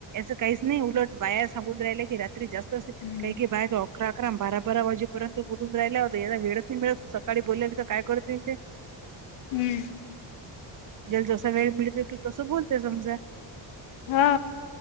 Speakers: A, on the right (about 40°); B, on the left (about 80°).
A: सं काहीच नाही उलट बायार सगुद राहिले की रात्री जास्त
B: हम्म
A: काही की बाहेर अकरा अकराम बारा बारा वाजेपर्यंत बोलून राहिला होतं यादा वेळच नाही मिळत सकाळी बोललेली तर काय करत ते
B: हम्म
A: ज्याला जसा वेळ मिळते तू तसं बोलते समजा
B: हा